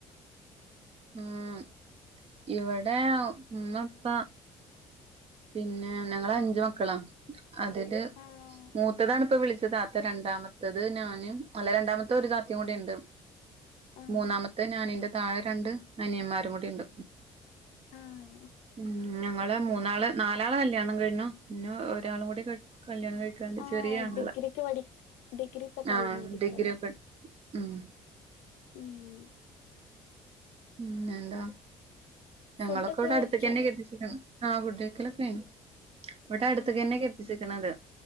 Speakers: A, on the right; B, on the left.
A: ഉം ഇവിടെ ഉമ്മ ഉപ്പ പിന്നെ ഞങ്ങള് അഞ്ചു മക്കളാ അതില്
B: ആഹ്
A: മൂത്തതാണിപ്പം വിളിച്ച- താത്ത രണ്ടാമത്തത് ഞാന് അല്ല രണ്ടാമത്തെ ഒരു താത്തയും കൂടി ഒണ്ട്
B: ആഹ്
A: മൂന്നാമത്തെ ഞാൻ ഇന്റെ താഴെ രണ്ട് അനിയമാരും കൂടിയുണ്ട്
B: ആഹ്
A: ഉം ഞങ്ങൾ മൂന്നാള് നാലാള് കല്യാണം കഴിഞ്ഞു പിന്നെ ഒരാളും കൂടി കെ - കല്യാണം കഴിക്കാണ്ട്
B: ആഹ്
A: ചെറിയാങ്ങള
B: ഡിഗ്രിക്ക് പഠി ഡിഗ്രി ഇപ്പൊ കഴിഞ്ഞിരിക്കല്ലേ
A: ആഹ് ഡിഗ്രിയൊക്കെ ഇ - ഉം
B: ഉം
A: പിന്നെ എന്താ ഞങ്ങളൊക്കെ
B: ഫുഡൊക്കെ
A: ഇവിടെ
B: കഴിച്ചോ
A: അടുതെക്കെയാ കെട്ടിചെക്കണത് ആഹ് ഫുഡ്‌ കഴിക്കാലൊക്കെ കയിഞ്ഞ് ഇവിടെ അടുത്ത്ക്കെ
B: ഉം
A: തന്നെയാ കെട്ടിചെക്കണത്